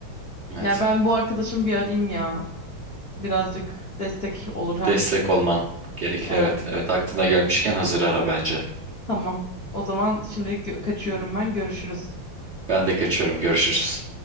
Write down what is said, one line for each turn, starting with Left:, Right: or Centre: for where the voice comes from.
Right: Evet.
Left: Yani ben bu arkadaşımı bir arayayım ya. Birazcık destek olur hem.
Right: Destek olman gerekir.
Left: Evet.
Right: Evet. Evet aklına gelmişken hazır ara bence.
Left: Tamam. O zaman şimdilik gö- kaçıyorum ben. Görüşürüz.
Right: Ben de kaçıyorum. Görüşürüz.